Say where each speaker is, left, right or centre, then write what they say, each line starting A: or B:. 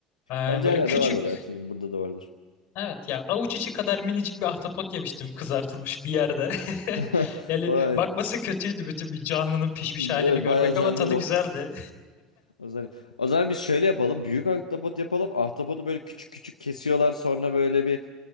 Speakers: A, on the left; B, on the left.
A: Ee,
B: bence
A: böyle
B: her yerde
A: küçük
B: vardır ya. Tüm- Burada da vardır.
A: Evet ya avuç içi kadar minicik bir ahtapot yemiştim kızartılmış bir yerde. <laughs>
B: <laughs>
A: Yani
B: Evet.
A: bakması kötüydü bütün bir canlının pişmiş halini
B: Evet
A: görmek
B: bayağı canlı
A: ama tadı
B: bir okursun.
A: güzeldi.
B: O zaman, o zaman biz şöyle yapalım. Büyük ahtapot yapalım. Ahtapotu böyle küçük küçük kesiyorlar. Sonra böyle bir